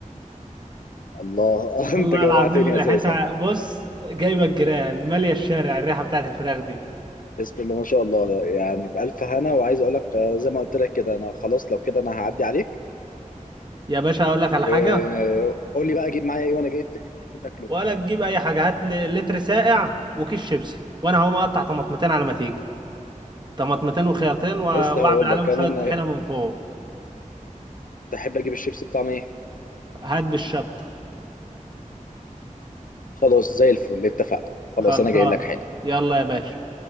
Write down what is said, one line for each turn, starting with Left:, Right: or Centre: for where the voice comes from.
Left: الله <laughs>
Right: والله
Left: انت جوعتني
Right: العظيم ريحتها
Left: اساسا
Right: بص جايبه الجيران ماليه الشارع الريحه بتاعت الفراخ دي
Left: بسم الله ما شاء الله يعني بألف هنا وعايز اقول لك آه، زي ما قلت لك كده انا خلاص لو كده انا هعدي عليك
Right: يا باشا اقول لك
Left: وقول
Right: على حاجه
Left: لي بقى اجيب معايا ايه وانا جاي تاني تحب تاكله
Right: ولا تجيب اي حاجه هات لي لتر ساقع وكيس شيبسي وانا هقوم اقطع طماطمتين على ما تيجي طماطمتين وخيارتين و-
Left: لسه
Right: واعمل
Left: هقول
Right: عليهم
Left: لك كمان
Right: شوية طحينة
Left: آه،
Right: من فوق
Left: تحب اجيب الشيبس بطعم ايه
Right: هات بالشطة
Left: خلاص زي الفل اتفقنا خلاص
Right: خلصان
Left: انا جاي لك حالا
Right: يلا يا باشا